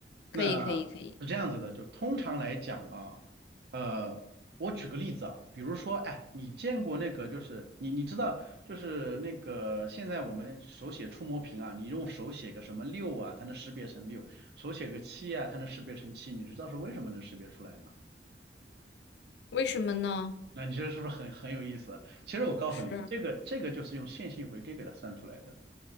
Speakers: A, on the right; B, on the left.
A: 那
B: 可以，可以，可以。
A: 是这样子的，就通常来讲啊，呃，我举个例子啊，比如说，哎，你见过那个，就是你你知道，就是那个现在我们手写触摸屏啊，你用手写个什么六啊，它能识别成六，手写个七啊，它能识别成七，你知道是为什么能识别出来吗？
B: 为什么呢？
A: 那你这是不是很很有意思啊？其实我告诉你，
B: 是
A: 这个这个就是用线性回归给它算出来的。